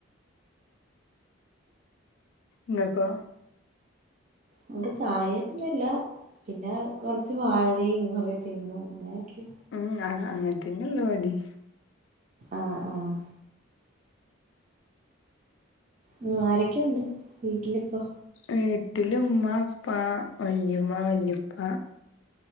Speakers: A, on the left; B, on the right.
A: ങ്ങക്കൊ
B: അവിടെ കാര്യട്ടൊന്നുംല്ല പിന്നെ കുറച്ച് വാഴയും കുറ തെങ്ങും മ്മുക്കെ
A: ഉം അങ്ങനെത്തന്നെ ഉള്ളു ഇവടിം
B: ആഹ് ആഹ് ഉം ആരെക്കെണ്ട് വീട്ടിലിപ്പോ
A: വീട്ടില് ഉമ്മ ഉപ്പാ വല്യുമ്മ വല്യുപ്പ